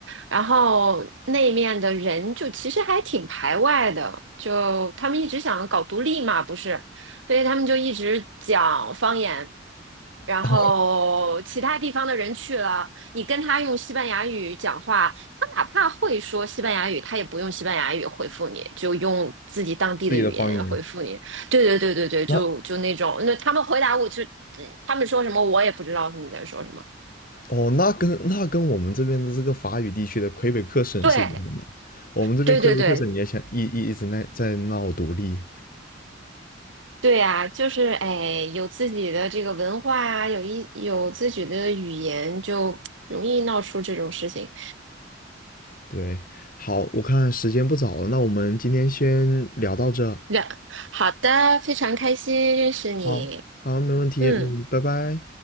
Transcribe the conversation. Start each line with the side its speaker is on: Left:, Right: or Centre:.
Right: 然后那面的人就其实还挺排外的，就他们一直想搞独立嘛，不是，所以他们就一直讲方言。
Left: <laughs>
Right: 然后其他地方的人去了，
Left: 哦，
Right: 你跟他用西班牙语讲话，他哪怕会说西班牙语，他也不用西班牙语回复你，就用自己当地的语言回复你。
Left: 自己的方言，
Right: 对对对对对，
Left: 那
Right: 就就那种，那他们回答我就，嗯他们说什么我也不知道他们在说什么。
Left: 哦，那跟那跟我们这边的这个法语地区的魁北克省是一样的。
Right: 对
Left: 我们这边魁北克省也想一一一直在在闹独立。
Right: 对对对对呀、就是哎，有自己的这个文化啊，有一有自己的语言，就容易闹出这种事情。
Left: 对，好，我看时间不早了，那我们今天先聊到这。
Right: 那好的，非常开心认识你，
Left: 好，好，没问题，
Right: 嗯，
Left: 嗯，拜拜。